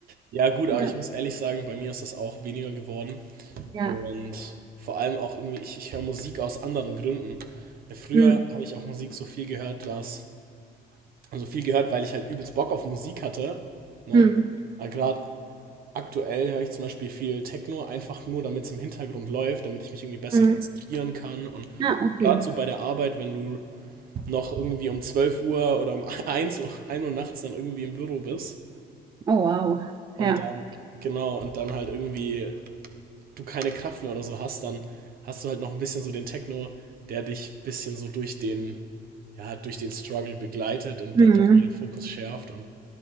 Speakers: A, on the right; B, on the right.
A: Ja, gut,
B: Ja,
A: aber ich muss ehrlich sagen, bei mir ist das auch weniger geworden.
B: ja.
A: Und vor allem auch irgendwie, ich, ich höre Musik aus anderen Gründen. Weil Früher
B: Hm.
A: habe ich auch Musik so viel gehört, dass, also viel gehört, weil ich halt übelst Bock auf Musik hatte, ne?
B: Hm.
A: Aber gerade aktuell höre ich zum Beispiel viel Techno, einfach nur, damit es im Hintergrund läuft, damit ich mich irgendwie besser
B: Hm. Hm.
A: konzentrieren kann. Und
B: Ja, okay.
A: gerade so bei der Arbeit, wenn du noch irgendwie um 12 Uhr oder um <laughs> eins Uhr, 1 Uhr nachts dann irgendwie im Büro bist
B: Oh, wow.
A: und
B: Ja.
A: dann, genau, und dann halt irgendwie du keine Kraft mehr oder so hast, dann hast du halt noch ein bisschen so den Techno, der dich ein bisschen so durch den, ja, durch den Struggle begleitet und
B: Mhm.
A: halt auch mal den Fokus schärft und